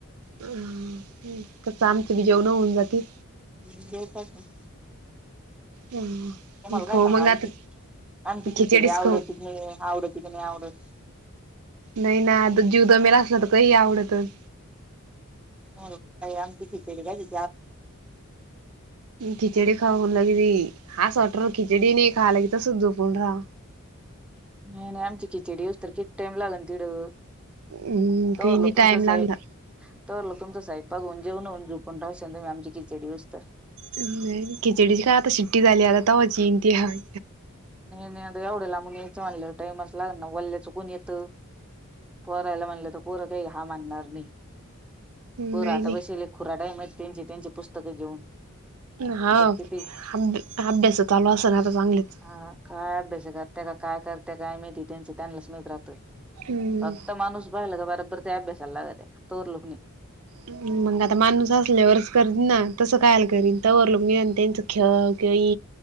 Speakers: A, on the right; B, in the centre.
A: क च आमची भिजेव न होज की
B: ह् बवपासून
A: ह
B: तुम्हाला काय
A: खाऊ
B: सांगा
A: मग
B: आमचीि
A: आता
B: आमचीि खिचेडी
A: खिचडीच
B: आवडत
A: खाऊ
B: क नाही आवडत की नाही आवडत
A: नाही ना आता जीव दमेला असला तर काही आवडतच
B: हो आमचीचीपेडली
A: खिचडी खाऊन लागली अस वाटण राहिल खिचडी नाही खायलागे तसच झोपून राहव
B: नाही नाही आमची खिचडी होत तवर किती टाइम लागल ना तिड वं
A: हम्म
B: तोला
A: काही नाही
B: तुमचं
A: टाइम लागला
B: साईब तोवरला तुमचा साहेब बागऊन जेवन होऊन झोपून राहशील आमची खिचडी होततवर
A: नाही खिचडीची काय आता शिट्टी झाली आता तवाची इनती हान
B: नाही नाही आता एवढं लाबून यायचं म्हणले टाइम असं लाग ना वल्ल्याचं कोण येतं पोराला म्हणलं तर पोरं काही हा म्हणणार नाही
A: नाही
B: पोर आता
A: नाही
B: बसवलेत खुराड्यामध्ये त्यांची त्यांची पुस्तकं घेऊन
A: हा
B: आता
A: अभ
B: किती
A: अभ्यास चालू असाल ना आता चांगलेच
B: हा काय अभ्यास करते का काय करते काय माहिती त्यांचं त्यांलाच माहित राहत
A: हम्म
B: फक्त मानुस बहल का बरबरते अभ्यासला लागते तवर लोक नाही
A: हम्म मग आता माणूस असल्यावरच करत ना तसं कायल करीन तवर लोके त्यांचं ख क